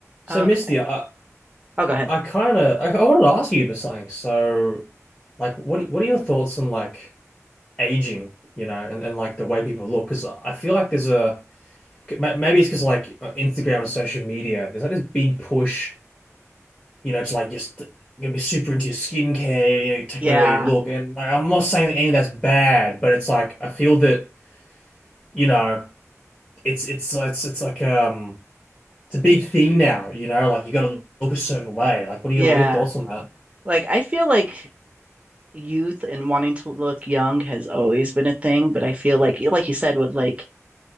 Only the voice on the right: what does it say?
Okay.
I'll go ahead.
Yeah.
Yeah.
Like I feel like youth and wanting to look young has always been a thing, but I feel like like you said with like